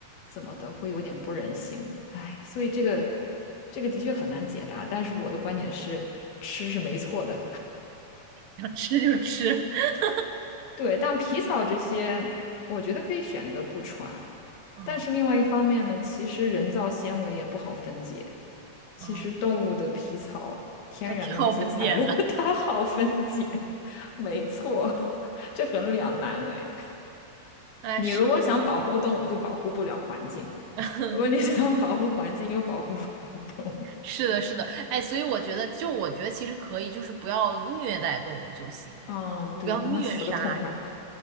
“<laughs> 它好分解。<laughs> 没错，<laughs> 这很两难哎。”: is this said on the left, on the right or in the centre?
Left